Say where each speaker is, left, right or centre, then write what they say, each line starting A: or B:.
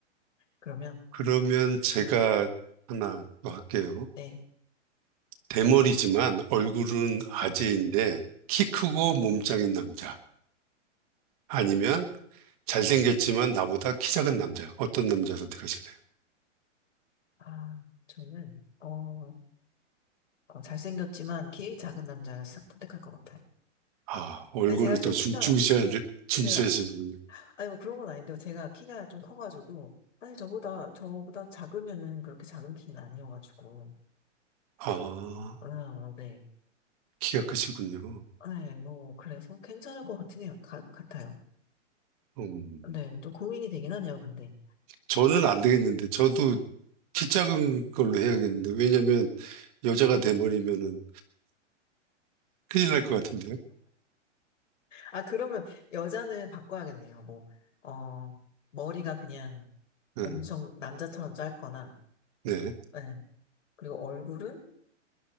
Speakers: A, on the left (about 75°); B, on the right (about 30°).
A: 그러면
B: 그러면 제가
A: 네,
B: 하나 더 할게요.
A: 네.
B: 대머리지만 얼굴은 아재인데 키 크고 몸짱인 남자. 아니면 잘생겼지만 나보다 키 작은 남자. 어떤 남자 선택하실래요?
A: 아, 저는 어, 어, 잘생겼지만 키 작은 남자를 싹 선택할 것 같아요.
B: 아, 얼굴을
A: 근데 제가 좀
B: 또 중,
A: 키가
B: 중시하, 중시하시는군요.
A: 제가 아니 뭐 그런 건 아닌데요. 제가 키가 좀 커가지고 사실 저보다 저보다 작으면은 그렇게 작은 키는 아니어가지고
B: 아,
A: 음, 네.
B: 키가 크시군요.
A: 네, 뭐, 그래서 괜찮을 것같네요 가- 같아요.
B: 음,
A: 네, 좀 고민이 되긴 하네요, 근데.
B: 저는 안 되겠는데, 저도 키 작은 걸로 해야겠는데, 왜냐면 여자가 돼버리면은 큰일 날 것 같은데요.
A: 아, 그러면 여자는 바꿔야겠네요. 뭐, 어, 머리가 그냥
B: 네,
A: 엄청 남자처럼 짧거나,
B: 네,
A: 네. 그리고 얼굴은